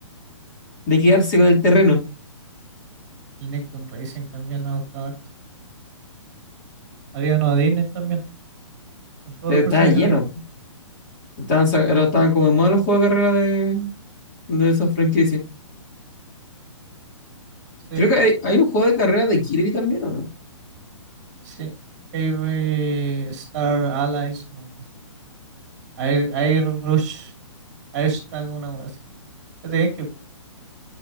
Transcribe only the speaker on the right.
El Nicktoon Racing también me gustaba harto. Había uno de Disney también, con todos
los personajes
de
Sí,
sí. Heavy Star Allies, no, Air, Air Rush, Air Stag, una wea así. Es de GameCube,